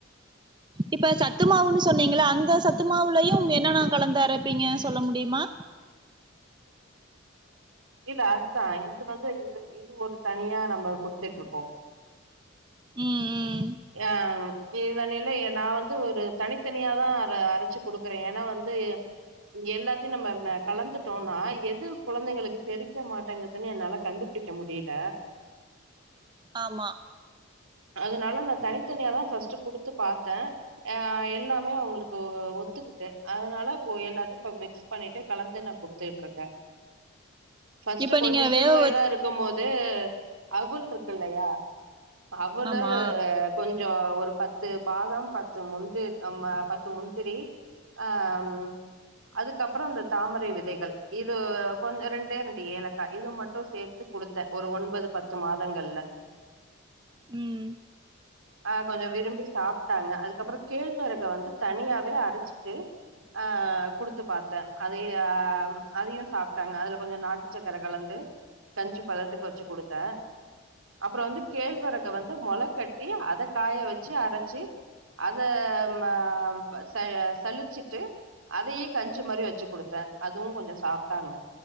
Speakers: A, on the right; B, on the right.
A: இப்ப சத்து மாவுன்னு சொன்னீங்கள அந்த சத்து மாவுலையும் என்னென்ன கலந்து அரப்பீங்க சொல்ல முடியுமா
B: இல்ல அதுதா இது வந்து இது இது ஒரு தனியா நம்ம குடுத்துட்டு இருக்கோ
A: ம் ம்
B: ஆ இது தான இல்ல நா வந்து ஒரு தனித்தனியாதா அத அரச்சி குடுக்குறே ஏனா வந்து ம் எல்லாத்தையு நம்ம கலந்துட்டோம்னா எது குழந்தைங்களுக்கு செரிக்க மாட்டேங்குதுன்னு என்னால கண்டுபுடி க்க முடியில
A: ஆமா
B: அதனால நா தனித்தனியா தா ஃபர்ஸ்ட் குடுத்து பாத்த ஆ எல்லாமே அவுங்களுக்கு ஒத்துக்கிட்டு அதனால இப்போ எல்லாத்தையு இப்ப மிக்ஸ் பண்ணிட்டு கலந்து நா குடுத்துட்டு இருக்க
A: <inaudible>
B: ஃபர்ஸ்ட்டு கொஞ்சோ
A: நீங்க
B: சிறு
A: வேக
B: வயதா
A: வச்
B: இருக்கு போது அவுல் இருக்கில்லையா அவுலு
A: ஆமா
B: கொஞ்சோ ஒரு பத்து பாதம் பத்து முந்தி பத்து முந்திரி ஆ ம் அதுக்கப்றோ இந்த தாமரை விதைகள் இது கொஞ்சோ ரெண்டே ரெண்டு ஏலக்கா இத மட்டு சேத்து குடுத்த ஒரு ஒன்பது பத்து மாதங்கள்ல
A: ம்
B: ஆ கொஞ்சோ விரும்பி சாப்ட்டாங்க அதுக்கப்றோ கேழ்வரக வந்து தனியாவே அரச்சிட்டு ஆ குடுத்து பாத்த அதையு அ அதையு சாப்ட்டாங்க அதுல கொஞ்சோ நாட்டு சக்கர கலந்து கஞ்சி பதத்துக்கு வச்சு குடுத்த அப்றோ வந்து கேழ்வரக வந்து மொள கட்டி அத காய வச்சு அரச்சி அத ம ச சழிச்சிட்டு அதயி கஞ்சி மாறி வச்சு குடுத்த அதுவு கொஞ்சோ சாப்டாங்க